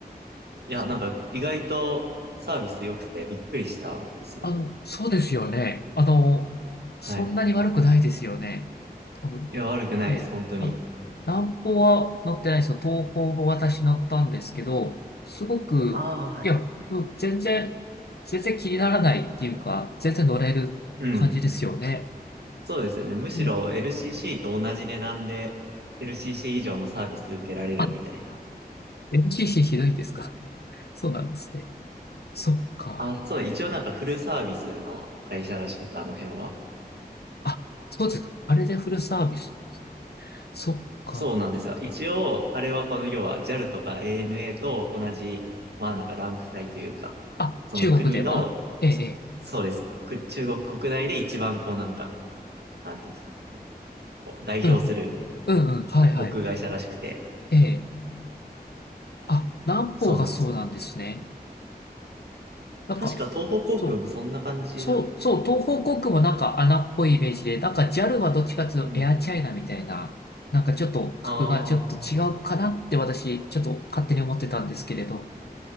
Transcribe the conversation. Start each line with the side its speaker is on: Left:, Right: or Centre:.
Right: いや、
Left: そう
Right: なんか意外とサービス良くてびっくりしたんですよ。
Left: あの、そうですよね。あの、そんなに悪くないですよね。
Right: はい。
Left: 多分。
Right: いや、悪くないです、
Left: ええ。
Right: 本当に。
Left: あの、南方は乗ってないですよ。東方も私乗ったんですけど、すごく、
Right: ああ、はい。
Left: いや、うん、全然、全然気にならないっていうか、全然乗れる感じですよね。
Right: うん。そうですよね。むしろ
Left: うん。
Right: LCC と同じ値段で LCC 以上のサービス受けられるみたいな。
Left: あ、LCC ひどいですか。そうなんですね。そっか。
Right: あ、そう、一応なんかフルサービスの会社らしくて、あの辺は。
Left: あ、そうですか。あれでフルサービス。そっか。
Right: そうなんですよ。一応、あれはこの要は JAL とか ANA と同じ、まあなんかランク帯というか、
Left: あ、
Right: その国の、
Left: 中国ではええ、ええ。
Right: そうです。く中国国内で一番こうなんか、なんていうんですか、こう代表する
Left: うんうん。うんうん。はいはい。
Right: 航空会社らしくて、
Left: ええ。あ、南方がそうなんですね。
Right: そうなんです。
Left: なんか、
Right: 確か東方航空もそんな感じだっ
Left: そう、そう、そう、東方航空もなんか穴っぽいイメージで、
Right: た。
Left: なんか JAL はどっちかっていうとエアチャイナみたいな、
Right: うん。
Left: なんかちょっと格がちょっと違うかなって私、
Right: ああ、
Left: ちょっと勝手に思ってたんですけれど。